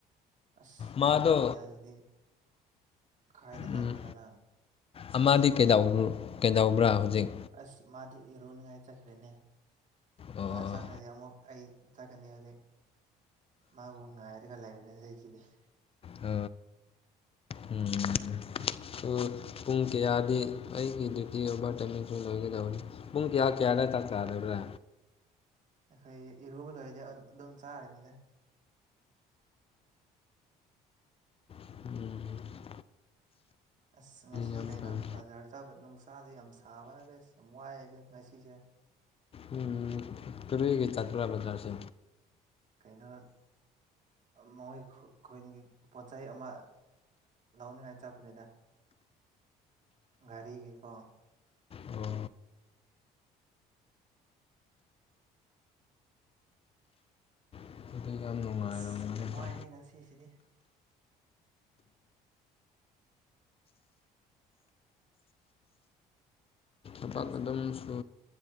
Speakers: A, on the right; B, on the left.
A: ꯑꯁ
B: ꯃꯥꯗꯣ
A: ꯅꯪꯒꯤ ꯈꯣꯟꯖꯦꯜꯁꯤꯗꯤ ꯀꯥꯏꯗ
B: ꯎꯝ
A: ꯂꯩꯕꯅꯣ ꯅꯪ
B: ꯑꯃꯗꯤ ꯀꯩꯗꯧ ꯀꯩꯗꯧꯕ꯭ꯔꯥ ꯍꯧꯖꯤꯛ
A: ꯑꯁ ꯃꯥꯗꯤ ꯏꯔꯨꯅꯤꯉꯥꯏ ꯆꯠꯈ꯭ꯔꯦꯅꯦ
B: ꯑꯣ
A: ꯃꯥ ꯆꯪꯉꯗꯤ ꯑꯃꯨꯛ ꯑꯩ ꯆꯠꯀꯅꯤ ꯍꯧꯖꯤꯛ ꯃꯥꯕꯨꯨ ꯉꯥꯏꯔꯒ ꯂꯩꯕꯅꯦ <unintelligible>
B: ꯑ ꯎꯝ ꯑꯗꯨ ꯄꯨꯡ ꯀꯌꯥꯗꯤ ꯑꯩꯒꯤ ꯗ꯭ꯌꯨꯇꯤ ꯑꯣꯚꯔ ꯇꯥꯏꯃꯤꯡꯁꯨ ꯂꯣꯏꯒꯗꯕꯅꯤ ꯄꯨꯡ ꯀꯌꯥ ꯀꯌꯥ ꯆꯥꯛ ꯆꯥꯗꯨꯏꯕꯥ
A: ꯑꯩꯈꯣꯏ ꯏꯔꯨꯕ ꯂꯣꯏꯔꯤꯗꯤ ꯑꯗꯨꯝ ꯆꯥꯔꯅꯤꯗ
B: ꯑꯗꯨꯗꯤ
A: ꯑꯁ ꯉꯁꯤ
B: ꯌꯥꯝ
A: ꯀꯩꯅꯣ
B: ꯐꯩ
A: ꯕꯖꯥꯔ ꯆꯥꯕ ꯅꯨꯡꯁꯥꯁꯦ ꯌꯥꯝ ꯁꯥꯕꯗ ꯑꯁ ꯌꯥꯝ ꯋꯥꯏꯑꯦꯗ ꯉꯁꯤꯁꯦ
B: ꯎꯝ ꯀꯔꯤ ꯅꯨꯡꯇꯤꯒꯤ ꯆꯥꯠꯕ꯭ꯔꯥ ꯕꯖꯥꯔꯁꯦ
A: ꯀꯩꯅꯣ ꯃꯣꯏ ꯈꯨꯟꯒꯤ ꯄꯣꯠ ꯆꯩꯩ ꯑꯃ ꯂꯧꯅꯤꯡꯉꯥꯏ ꯆꯠꯄꯅꯤꯗ ꯒꯥꯔꯤꯒꯤꯀꯣ
B: ꯑꯣ ꯑꯗꯨꯗꯤ ꯌꯥꯝ ꯅꯨꯡꯉꯥꯏꯔꯝꯒꯅꯤꯀꯣ
A: ꯑꯁ ꯌꯥꯝ ꯋꯥꯏꯍꯦ ꯉꯁꯤꯁꯤꯗꯤ
B: ꯊꯕꯛ
A: ꯅꯪꯁꯨ
B: ꯑꯗꯨꯝ ꯁꯨ